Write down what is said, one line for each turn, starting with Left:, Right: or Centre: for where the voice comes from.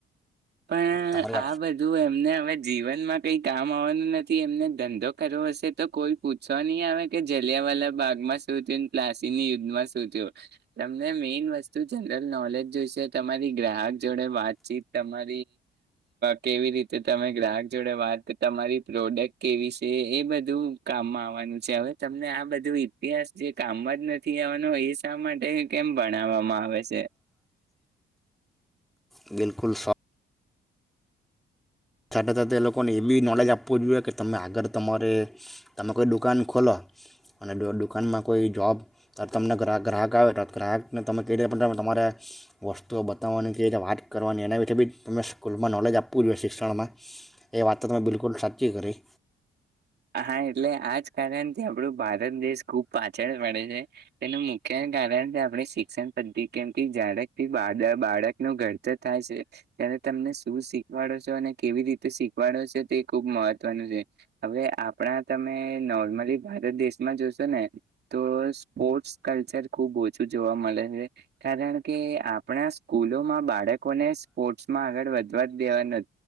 Right: પણ
Centre: તમારી
Right: આ બધું એમને હવે જીવનમાં કઈ કામ વાનું નથી એમને ધંધો કરવો હશે તો કોઈ પૂછવા નહી આવે કે જલિયા વાલા બાાગમાં શું થયું, પ્લાસીની યુદ્ધમાં શું થયું. તમને મેઈન વસ્તુ જનરલ નોલેજ જોશે, તમારી ગ્રાહક જોડે વાતચીત તમા કેવી રીતે તમે ગ્રાહક જોડે વાત, તમારી પ્રોડક્ટ કેવી શે? બધું કામમાં આવવાનું છે હવે તમને આ બધું ઇતિહાસ જે કામમાં જ નથી આવવાનો એ શા માટે એ કેમ ભનાવામાં આવે છે?
Centre: બિલકુલ શો સાથે સાથે લોકોને એ બી નોલેજ આપવું જોઈએ કે તમે આગર તમારે તમે કોઈ દુકાન ખોલો અને દુકાનમાં કોઈ જોબ તમને ગ્રાહક આવે તો ગ્રાહકને તમે કઈ રીતે તમારે વસ્તુઓ બતાવવાની, ક રીતે વાત કરવાની એના વિશેે બી તમે સ્કૂલમાં નોલેજ આપવું જોઈએ. શિક <unintelligible> માં એ વાતો મેં બિલકુલ સાચી કરી.
Right: હા એટલે આજ કારણથી આપણું ભારત દેશ ખુબ પાછળ પડે છે તેનું મુખ્ય કારણ તો આપડી શિક્ષણ પદ્ધિ કેમ કે જયારે બાળ બાળકનું ઘરતર થાય છે ત્યારે તમને શું શીખવાડો શો અને કેવી રીતે શીખવાડો શો તે ખુબ મહત્વનું છે. હવે આપણા તમે નોર્મલી ભારત દેશમાં જોશો ને તો સ્પોર્ટ્સ કલ્ચર ખૂબ ઓછું જોવા મલે હે કારણ કે આપણા સ્કૂલોમાં બાળકોને સ્પોર્ટ્સમાં આગળ વધવા દેવા ન